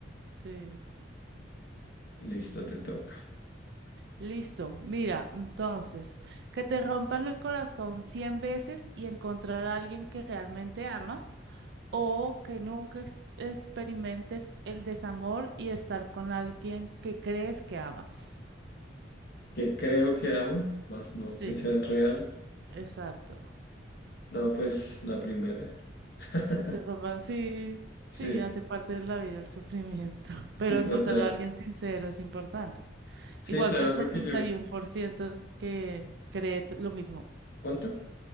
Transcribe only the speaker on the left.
Listo, te toca.
Que creo que ama, más no
que seas real.
No, pues la primera. <laughs>
Sí,
sí,
total.
Sí,
claro,
porque yo,
¿cuánto?